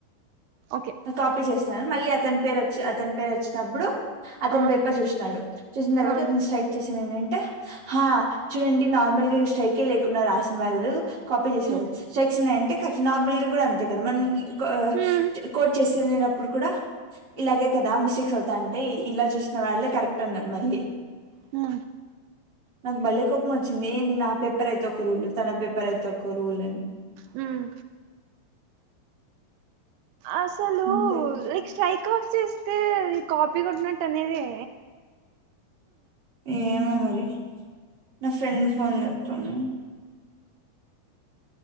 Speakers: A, on the right; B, on the right.
A: ఓకే
B: ఆ కాపీ చేస్సను మళ్ళీ అతన్ పేరు ఒచ్చి అతని పేరు ఒచ్చినప్పుడు అతని
A: ఆ
B: పేపర్ చూష్నాడు చూసిన్ తర్వాత
A: ఆ
B: అతని స్ట్రైక్ వచ్చేసాను ఏంటంటే హా చూడండి నార్మల్ గా స్ట్రైకే లేకుండా రాసిన్ వాళ్ళు కాపీ జెశారు
A: మ్
B: స్ట్రైక్స్ ఉన్నాయి అంటే నార్మల్గా గూడా అంతే కదా మన్ పా
A: మ్
B: చ కోడ్ చేసినప్పుడు కూడా ఇలాగే కదా మిస్టేక్స్ అవుతంటై ఇలా చూస్న వాళ్ళలేే కరెక్ట్ అన్నాడు మళ్ళీ
A: హ
B: నాకు బలేకోపం ఒచ్చింది ఏంది నా పేపర్ అయితే ఒక రూల్ తన పేపర్ అయితే ఒక రూల్ అని
A: హమ్ అసల్
B: ఇంతే
A: లైక్ స్ట్రైక్ ఆఫ్ చేస్తే కాపీ కొట్టినట్టు అనేదే
B: ఏమో మరి నా ఫ్రెండ్ ఫోన్ జేతంది.